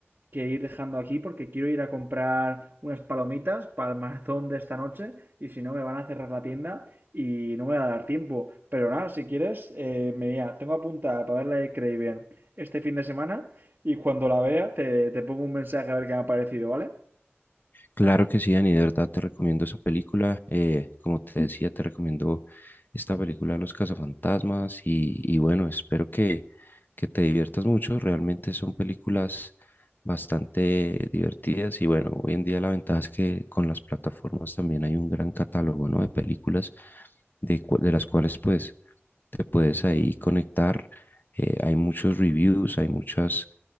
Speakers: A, on the right (about 45°); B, on the left (about 50°).
A: que ir dejando aquí porque quiero ir a comprar unas palomitas para el maratón de esta noche y si no me van a cerrar la tienda y no me va a dar tiempo. Pero nada, si quieres, eh, mira, tengo apuntada para ver la de Craven este fin de semana y cuando la vea te, te pongo un mensaje a ver qué me ha parecido, ¿vale?
B: Claro que sí, Dani, de verdad te recomiendo esa película. eh, como te decía, te recomiendo esta película Los Cazafantasmas y, y bueno, espero que, que te diviertas mucho. Realmente son películas bastante divertidas y bueno, hoy en día la ventaja es que con las plataformas también hay un gran catálogo, ¿no? de películas de, cu- de las cuales pues te puedes ahí conectar. eh, hay muchos reviews, hay muchas